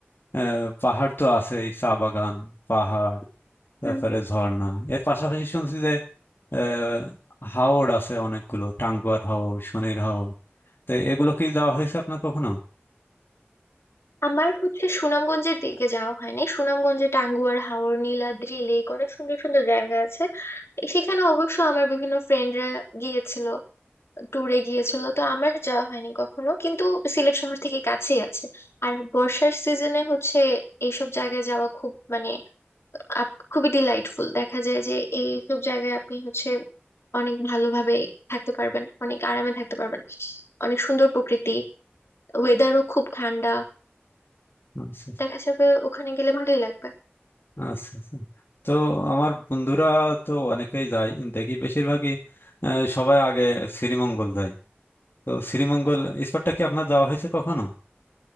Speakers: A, on the left; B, on the left.
A: আহ, পাহাড় তো আছেই চা বাগান পাহাড় তারপরে
B: হুম
A: ঝর্ণা এর পাশাপাশি শুনছি আহ, হাওর আছে অনেকগুলো টাঙ্গুয়ার হাওর শনির হাওর তো এগুলো কি যাওয়া হয়েছে আপনার কখনো
B: আমার হচ্ছে সুনামগঞ্জের দিকে যাওয়া হয়নি সুনামগঞ্জে টাঙ্গুয়ার হাওর নীলাদ্রি লেক অনেক সুন্দর সুন্দর জায়গা আছে এ সেখানে অবশ্য আমার বিভিন্ন ফ্রেন্ডরা গিয়েছিল ট্যুরে গিয়েছিল তো আমার যাওয়া হয়নি কখনো কিন্তু সিলেট শহর থেকে কাছেই আছে আর বর্ষার সিজনে হচ্ছে এইসব জায়গায় যাওয়া খুব মানে আপ- খুবই ডিলাইটফুল দেখা যায় যে এইসব জায়গায় আপনি হচ্ছে অনেক ভালোভাবে থাকতে পারবেন অনেক আরামে থাকতে পারবেন অনেক সুন্দর প্রকৃতি ওয়েদারও খুব ঠান্ডা
A: আচ্ছা
B: দেখা যাবে ওখানে গেলে ভালোই লাগবে
A: আচ্ছা আচ্ছা। তো আমার বন্ধুরা তো অনেকেই যায় দেখি বেশিরভাগই আহ, সবাই আগে শ্রীমঙ্গল যায় তো শ্রীমঙ্গল স্পটটা কি আপনার যাওয়া হয়েছে কখনো